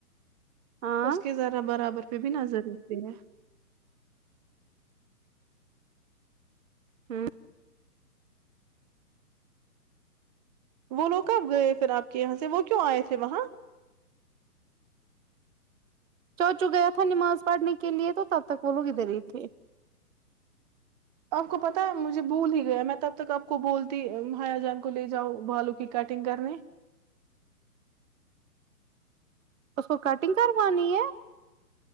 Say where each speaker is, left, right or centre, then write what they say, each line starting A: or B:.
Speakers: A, on the right (about 55°); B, on the right (about 25°).
A: ہاں
B: اس کے ذرا برابر پہ بھی نظر رہتی ہے
A: ہوں
B: وہ لوگ کب گئے پھر آپ کے یہاں سے وہ کیوں آئے تھے وہاں
A: چاچو گیا تھا نماز پڑھنے کے لیے تو تب تک وہ لوگ ادھر ہی تھے
B: آپ کو پتا ہے مجھے بھول ہی گیا میں تب تک آپ کو بولتی بھیا جان کو لے جاؤ بالوں کی کٹنگ کرنے
A: اس کو کٹنگ کروانی ہے